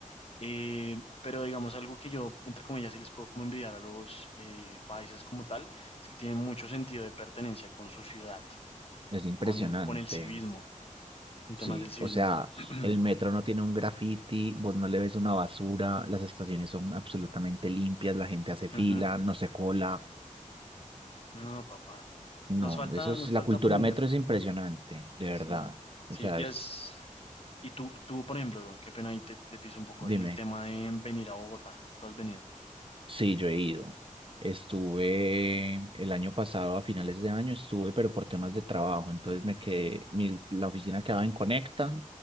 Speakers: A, on the left (about 45°); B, on the right (about 40°).
A: Eh, pero digamos algo que yo, entre comillas, sí les puedo como envidiar a los eh, paisas como tal, es que tienen mucho sentido de pertenencia con su ciudad,
B: es impresionante.
A: con, con el civismo, con temas
B: Sí,
A: del civismo.
B: o sea,
A: <clears throat>
B: el metro no tiene un graffiti, vos no le ves una basura, las estaciones son absolutamente limpias, la gente hace fila,
A: Ujú.
B: no se cola.
A: No, papá.
B: No,
A: Nos falta,
B: eso es,
A: nos
B: la
A: falta
B: cultura
A: aprender.
B: metro es impresionante, de verdad.
A: Sí,
B: O
A: sí.
B: sea,
A: Ya
B: es,
A: es. Y tú, tú, por ejemplo, qué pena ahí te, te piso un poco
B: dime,
A: el tema de venir a Bogotá. ¿Tú has venido?
B: sí, yo he ido. Estuve el año pasado, a finales de año, estuve, pero por temas de trabajo, entonces me quedé, mi, la oficina quedaba en Conecta,